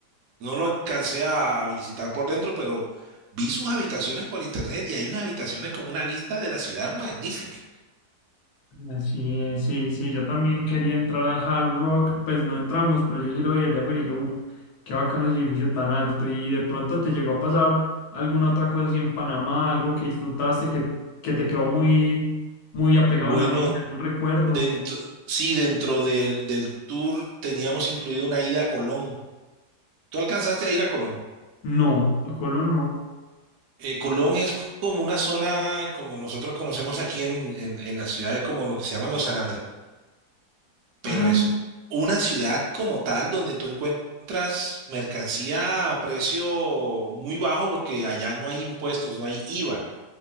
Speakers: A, on the right; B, on the left.
A: No lo alcancé a visitar por dentro, pero vi sus habitaciones por internet y hay unas habitaciones con una vista de la ciudad magnífica.
B: Así es, sí, sí, yo también quería entrar al Hard Rock, pues no entramos, pero yo sí lo vi desde afuera y yo, uff, qué bacano ese edificio tan alto. Y de pronto te llegó a pasar alguna otra cosa así en Panamá, algo que disfrutaste, que, que te quedó muy, muy apegado
A: Bueno,
B: en la mente, un recuerdo.
A: dentro, sí, dentro del, del tour teníamos incluido una ida a Colón. ¿Tú alcanzaste a ir a Colón?
B: No, a Colón no.
A: Eh, Colón es como una zona, como nosotros conocemos aquí en, en, en la ciudad, como lo que se llaman los San pero
B: Ah,
A: es una ciudad como tal donde tú encuentras mercancía a precio muy bajo porque allá no hay impuestos, no hay IVA.